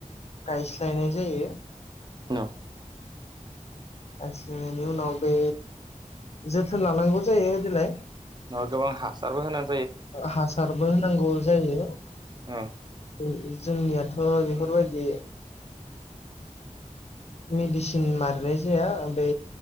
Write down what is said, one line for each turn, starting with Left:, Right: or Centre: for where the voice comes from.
Left: गायस्लायनाय जायो
Right: न'
Left: <unintelligible> नायनि उनाव बे जोथोन लानांगौ जायो देलाय
Right: ओ गोबां हासारबो होनां
Left: हासारबो होनांगौ जायो
Right: अ
Left: ओ जोंनियाथ' बेफोरबायदि मेडिसिन मारनाय जाया बे